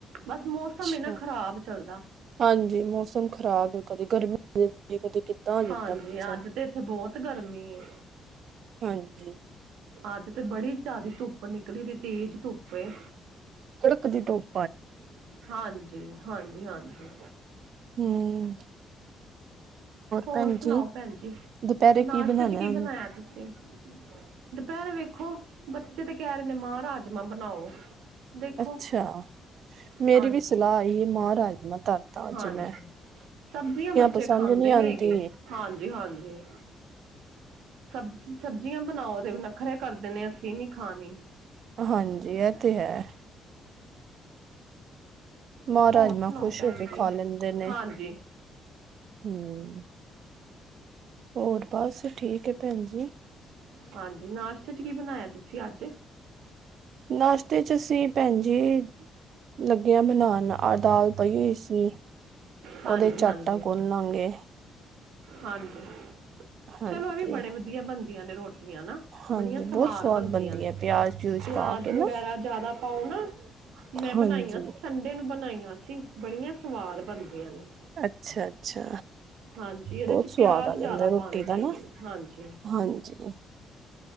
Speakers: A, on the right; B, on the right.
A: ਬਸ ਮੌਸਮ
B: ਅੱਛਾ।
A: ਇਹ ਨਾ ਖ਼ਰਾਬ ਚੱਲਦਾ।
B: ਹਾਂਜੀ ਮੌਸਮ ਖ਼ਰਾਬ ਐ ਕਦੇ ਗਰਮੀ ਹੋ ਜਾਂਦੀ ਕਦੇ ਕਿੱਦਾਂ ਆ ਜਾਂਦਾ
A: ਹਾਂਜੀ
B: ਮੌਸਮ
A: ਅੱਜ ਤੇ ਇੱਥੇ ਬਹੁਤ ਗਰਮੀ ਏ।
B: ਹਾਂਜੀ।
A: ਅੱਜ ਤੇ ਬੜੀ ਜ਼ਿਆਦਾ ਧੁੱਪ ਨਿਕਲੀ, ਤੇ ਤੇਜ਼ ਧੁੱਪ ਏ।
B: ਕੜਕ ਦੀ ਧੂਪ-
A: ਹਾਂਜੀ ਹਾਂਜੀ ਹਾਂਜੀ।
B: ਹਮ
A: ਹੋਰ
B: ਭੈਣ
A: ਸੁਣਾਓ
B: ਜੀ
A: ਭੈਣ ਜੀ
B: ਦੁਪਹਿਰੇ
A: ਨਾਸ਼ਤੇ
B: ਬਣਾਉਣਾ
A: 'ਚ ਕੀ
B: ਹੁਣ?
A: ਬਣਾਇਆ ਤੁਸੀਂ ਦੁਪਹਿਰ ਵੇਖੋ ਬੱਚੇ ਤੇ ਕਹਿ ਰਹੇ ਨੇ ਮਾਂ ਰਾਜਮਾਂ ਬਣਾਓ। ਦੇਖੋ
B: ਅੱਛਾ ਮੇਰੀ
A: ਹਾਂਜੀ
B: ਵੀ ਸਲਾਹ ਆਈ ਮਾਂ ਰਾਜਮਾ ਧਰਦਾ ਅਜ
A: ਹਾਂਜੀ
B: ਮੈਂ
A: ਸਬਜ਼ੀਆਂ ਬੱਚੇ
B: ਪਸੰਦ
A: ਖਾਂਦੇ
B: ਨਹੀਂ ਆਉਂਦੀ
A: ਨੀ ਹੈਗ ਹਾਂਜੀ- ਹਾਂਜੀ। ਸਬ ਸਬਜ਼ੀਆਂ ਬਣਾਓ ਦੇ ਨੱਖਰੇ ਕਰਦੇ ਨੇ ਅਸੀਂ ਨੀ ਖਾਣੀ।
B: ਹਾਂਜੀ ਇਹ ਤੇ ਹੈ। ਮਾ ਰਾਜਮਾਂ
A: ਹੋਰ ਸੁਣਾਓ
B: ਖੁਸ਼
A: ਭੈਣ
B: ਹੋ ਕੇ
A: ਜੀ
B: ਖਾ ਲੈਦੇ ਨੇ।
A: ਹਾਂਜੀ
B: ਹੂੰ ਹੋਰ ਬਸ ਠੀਕ ਹੈ ਭੈਣ ਜੀ।
A: ਹਾਂਜੀ ਨਾਸ਼ਤੇ 'ਚ ਕੀ ਬਣਾਇਆ ਤੁਸੀਂ ਅੱਜ
B: ਨਾਸ਼ਤੇ 'ਚ ਅਸੀਂ ਭੈਣ ਜੀ। ਲਗੇ ਆ ਬਣਾਉਣ ਆ ਦਾਲ ਪਈ ਹੋਈ ਸੀ।
A: ਹਾਂਜੀ
B: ਉਹਦੇ ਚ
A: ਹਾਂਜੀ
B: ਆਟਾ ਗੋਨ ਲਾਂਗੇ।
A: ਹਾਂਜੀ।
B: ਹਾਂਜੀ
A: ਚਲੋ ਇਹ ਵੀ ਬੜੇ ਵਧੀਆ ਬਣਦੀਆਂ ਨੇ ਰੋਟੀਆਂ ਨਾ।
B: ਹਾਂਜੀ
A: ਬੜੀਆਂ ਸਵਾਦ
B: ਬਹੁਤ
A: ਬਣਦੀਆਂ
B: ਬਣਦੀ
A: ਨੇ
B: ਹੈ ਪਿਆਜ ਪਿਊਜ
A: ਪਿਆਜ
B: ਪਾ ਕੇ ਨਾ
A: ਵਗੈਰਾ ਜਿਆਦਾ ਪਾਓ ਨਾ ਮੈਂ ਬਣਾਈਆਂ
B: ਹਾਂਜੀ
A: ਸੀ ਦਿਨ ਬਣਾਈਆਂ ਸੀ ਬੜੀਆਂ ਸਵਾਦ ਬਣਦੀਆਂ ਨੇ।
B: ਅੱਛਾ- ਅੱਛਾ
A: ਹਾਂਜੀ ਇਹਦੇ
B: ਬਹੁਤ
A: ਚ
B: ਸਵਾਦ
A: ਪਿਆਜ
B: ਆ
A: ਜ਼ਿਆਦਾ
B: ਜਾਂਦਾ ਰੋਟੀ
A: ਪਾਉਣੇ ਚਾਹੀਦੇ
B: ਦਾ ਨਾ,
A: ਨੇ ਹਾਂਜੀ
B: ਹਾਂਜੀ।